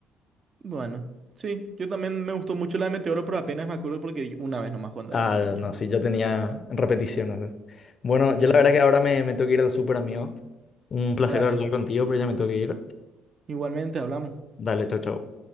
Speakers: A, on the right; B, on the left.
A: Bueno, sí, yo también me gustó mucho la de Meteoro, pero apenas me acuerdo porque vi una vez nomás cuando
B: Ah,
A: era pequeño.
B: no, sí, yo tenía repeticiones. ¿eh? Bueno,
A: Bueno,
B: yo la verdad que ahora me, me tengo que ir al súper, amigo. Un placer
A: dale.
B: hablar contigo, pero ya me tengo que ir.
A: Igualmente hablamos.
B: Dale, chao, chao.